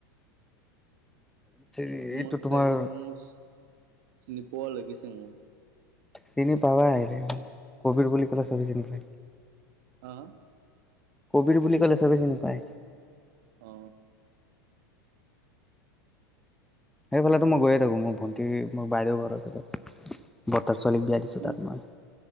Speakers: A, in the centre; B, on the right.
A: মই
B: তোমাক
A: এইটো তোমাৰ
B: চাই কিনে মোৰ চিনি পোৱা লাগিছে মোৰ।
A: চিনি পাবাই আহিলে। কভিড বুলি ক'লে চবে চিনি পাই।
B: অ,
A: কবিৰ বুলি ক'লে চবেই চিনি পায়।
B: অ।
A: সেইফালেতো মই গৈয়ে থাকোঁ মোৰ ভণ্টি -মোৰ বাইদেউ ঘৰ আছে তাত। বৰ্তাৰ ছোৱালীক বিয়া দিছো
B: কোন
A: তাত মই